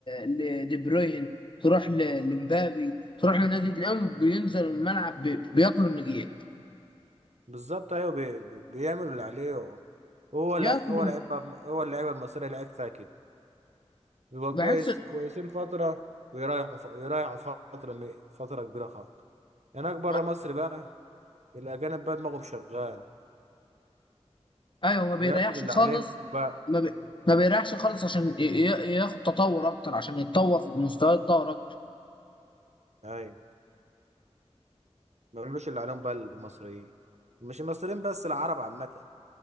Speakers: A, on the left (about 45°); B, on the right (about 85°).
A: ل- لدي بروين تروح ل- لمبابي تروح لنادي تلاقيهم بينزلوا الملعب بي- بياكلوا النجيل
B: بالظبط ايوه بي... بي- بيعمل اللي عليه هو
A: بياكلوا
B: لع... هو لعيب هو اللعيبه المصريه لعيبتها كده بيبقى
A: بحس
B: كويس كويسين فتره ويريحوا ف... يريحوا فتره م- فتره كبيره خالص هناك بره
A: ما-
B: مصر بقى الاجانب بقى دماغهم شغال
A: ايوه ما بيريحش
B: بيعملوا اللي
A: خالص
B: عليهم بقى
A: ما, بي... ما بيريحش خالص عشان ي... ي- ياخد تطور اكتر عشان يتطور في مستواه يتطور اكتر
B: ايوه ما بيعملوش اللي عليهم بقى المصريين مش المصريين بس العرب عامة